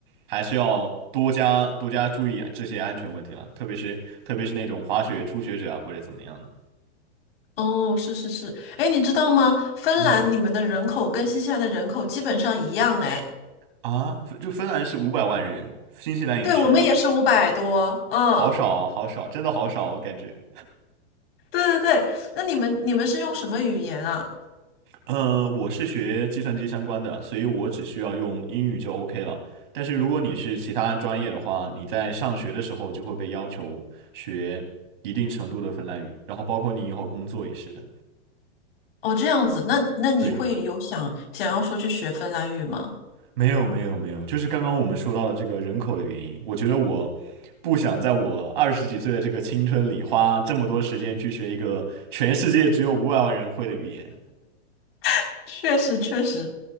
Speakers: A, on the right; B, on the left.
A: 还是要多加多加注意这些安全问题了，特别是特别是那种滑雪初学者啊或者怎么样的。
B: 哦，是是是，哎，你知道吗？芬兰你们的人口跟新西兰的人口基本上一样，
A: 嗯
B: 哎，
A: 啊，就芬兰是五百万人，新西兰也是吗？
B: 对，我们也是五百多，嗯。
A: 好少啊，好少，真的好少，我感觉。
B: 对对对，那你们你们是用什么语言啊？
A: 呃，我是学计算机相关的，所以我只需要用英语就 OK 了。但是如果你是其他专业的话，你在上学的时候就会被要求学一定程度的芬兰语，然后包括你以后工作也是的。
B: 哦，这样子，那那你会有想想要说去学芬兰语吗？
A: 对，没有没有没有，就是刚刚我们说到的这个人口的原因，我觉得我不想在我二十几岁的这个青春里花这么多时间去学一个全世界只有五百万人会的语言。
B: <laughs> 确实确实，